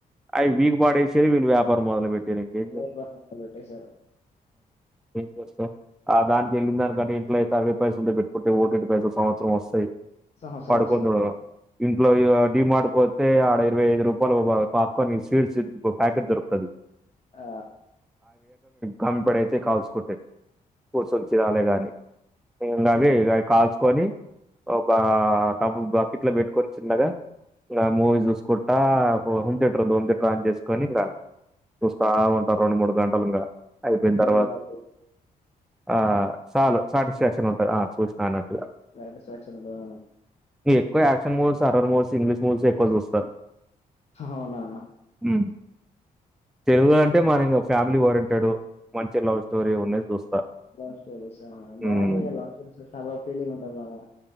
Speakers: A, in the centre; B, on the left.
A: అవి వీకు పాడేసి వీళ్ళు వ్యాపారం మొదలు పెట్టిరు ఇంకేం
B: ఎవరు
A: చేస్తాం
B: బాగా పెట్టేశారు
A: ఏం చేస్తా ఆ దానికిక వెళ్లిందానికంటే ఇంట్లోయితే అరవై పైసలుతో పెట్టుకుంటే ఓటిటి పైసలు సంవత్సరం వస్తాయి
B: సంవత్సరం
A: పడుకుందుడు
B: వస్తాయి
A: ఇంట్లో డీమార్డుపోతే ఆడ ఇరవై ఐదు రూపాయలు ఒక పాప్కార్న్ స్వీట్స్ ప్యాకెట్ దొరుకుతది
B: ఆ
A: గంపెడు అయితయి కాల్చుకుంటే కూర్చొని చిరాలే గాని ఇంగ అవి
B: ఉమ్.
A: ఇ కాల్చుకొని ఒక టబ్బు బకిట్లో పెట్టుకొని చిన్నగా ఇంగ మూవీ చూసుకుంటా హోమ్ దియేటర్ ఉంది హోమ్ థియేటర్ ఆన్ చేసుకొని ఇంగ చూస్తా ఉంటా రెండు మూడు గంటలు ఇంగ అయిపోయిన తర్వాత
B: బ్రదర్ అది
A: ఆ చాలు సాటిస్ఫాక్షన్ ఉంటుంది ఆ చూసినా అన్నట్టుగా
B: సాటిస్ఫాక్షన్ ఉంటదా
A: ఇగా ఎక్కువ action movies, horror movies English మూవీసే ఎక్కువ చూస్తా.
B: అవునా
A: హ్మ్ తెలుగు అంటే మన ఇంగ ఫ్యామిలీ ఓరియంటెడ్ మంచి లవ్ స్టోరీ ఉన్నది చూస్తా.
B: లవ్స్టోరీసా బావుంటయి
A: హ్మ్
B: ఇగా లవ్స్టోరీస్ చూసినా కూడ ఓఫీలింగ్ ఉంటది బాగా.